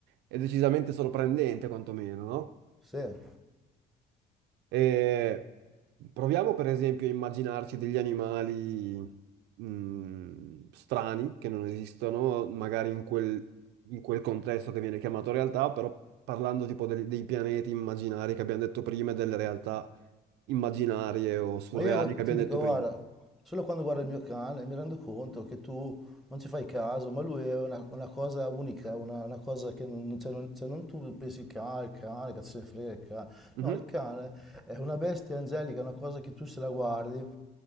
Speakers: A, on the right (about 85°); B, in the centre.
A: è decisamente sorprendente quantomeno, no?
B: Sì,
A: E proviamo per esempio a immaginarci degli animali mh, strani che non esistono, magari in quel, in quel contesto che viene chiamato realtà, però parlando tipo del- dei pianeti immaginari che abbiamo detto prima e delle realtà immaginarie o surreali
B: ma io
A: che abbiamo
B: ti dico,
A: detto prima.
B: guarda, solo quando guardo il mio cane mi rendo conto che tu non ci fai caso, ma lui è una, una cosa unica, una, una cosa che non, cioè non, cioè non tu pensi, cane, il cane, cazzo se ne frega il cane.
A: Mhm,
B: No, il cane è una bestia angelica, è una cosa che tu se la guardi.